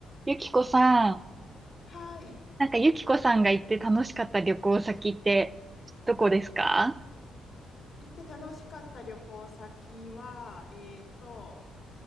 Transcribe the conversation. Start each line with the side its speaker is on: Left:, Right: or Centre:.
Right: ゆきこさん、
Left: はい。
Right: なんかゆきこさんが行って楽しかった旅行先ってどこですか
Left: 行って楽しかった旅行先は、えっと、